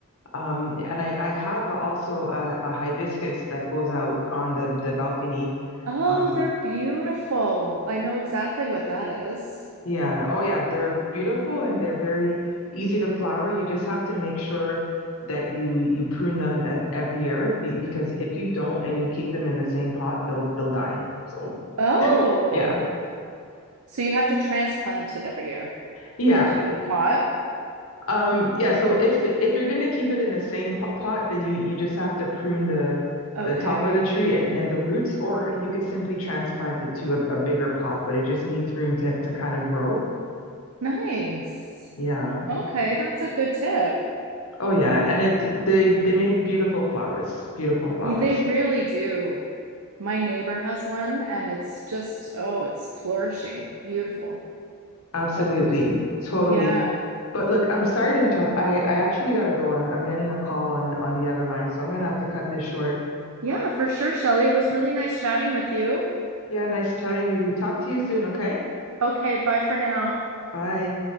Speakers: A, on the left (about 75°); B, on the right (about 80°).
A: Um, and I I have also a, a hibiscus that goes out on the the balcony.
B: Oh,
A: Um,
B: they're beautiful. I know exactly what that is.
A: Yeah. Oh, yeah. They're beautiful and they're very easy to flower. You just have to make sure that you you prune them ev every year be, because if you don't and you keep them in the same pot, they'll they'll die. So,
B: Oh,
A: yeah.
B: so you have to transplant it every year
A: Yeah.
B: into a new pot?
A: Um yeah, so if if you're going to keep it in the same po pot, then you you just have to prune the
B: Okay,
A: the top of the tree and and the roots or you could simply transplant it to a, a bigger pot, but it just needs room to to kind of grow.
B: nice.
A: Yeah.
B: Okay, that's a good tip.
A: Oh yeah, and it they they make beautiful flowers, beautiful flowers.
B: Y- They really do. My neighbor has one and it's just, oh, it's flourishing. Beautiful
A: Absolutely.
B: colors.
A: Totally.
B: Yeah.
A: But look, I'm sorry to interrupt. I I actually gotta go. I'm I'm getting a call on on the other line, so I'm gonna have to cut this short.
B: Yeah, for sure, Shelley. It was really nice chatting with you.
A: Yeah, nice chatting with you. Talk to you soon, okay?
B: Okay, bye for now.
A: Bye.